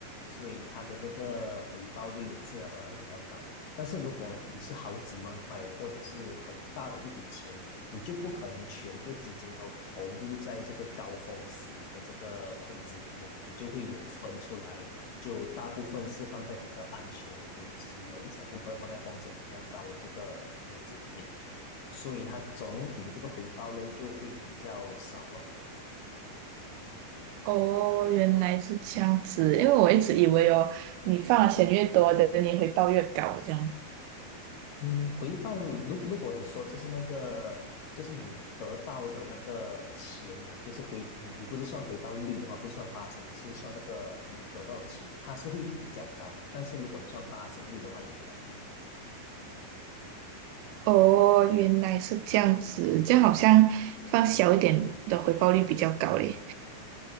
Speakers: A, on the left; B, on the right.
A: 所以它的这个回报率也自然而然会比较高。但是如果你是好几万块，或者是很大的一笔钱，你就不可能全部资金都投入在这个高风险的这个投资里面，你就会有分出来就大部分是放在比较安全的投资，然后一小部分放在风险比较高的这个投资里面，所以它总体的这个回报呢就会比较少咯。
B: 哦，原来是这样子，因为我一直以为哦，你放的钱越多的，你回报越高这样。
A: 嗯，回报如如果你说就是那个就是你得到的那个钱呢、就是回你你不是算回报率的话，不是算八千，你是算那个你得到的钱，它是会比较高。但是如果你算八千率的话，就比较低。
B: 哦，原来是这样子，这样好像放小一点的回报率比较高嘞。